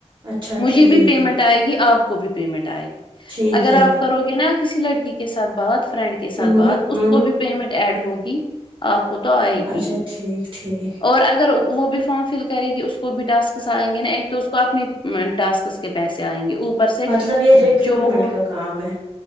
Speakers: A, on the right; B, on the left.
A: اچھا
B: مجھے
A: ٹھیک
B: بھی پیمنٹ آئے گی آپ بھی پیمنٹ آئے گی
A: ٹھیک
B: اگر
A: ہے
B: آپ کرو گے نا کسی لڑکی کے ساتھ بات فرینڈ کے کے
A: ہوں
B: ساتھ بات اس
A: ہوں
B: کو بھی پیمنٹ ایڈ ہوگی آپ کو تو آئے گی
A: اچھا
B: ہی
A: ٹھیک ٹھیک
B: اور اگر وہ بھی فارم فل کرے گی اس کو بھی ٹاسکس آئیں گے نا ایک تو اس کو اپنے ٹاسکس کے پیسے آئیں گے او پر سے
A: مطلب یہ ریکروٹمنٹ
B: جو کو
A: کا کام ہے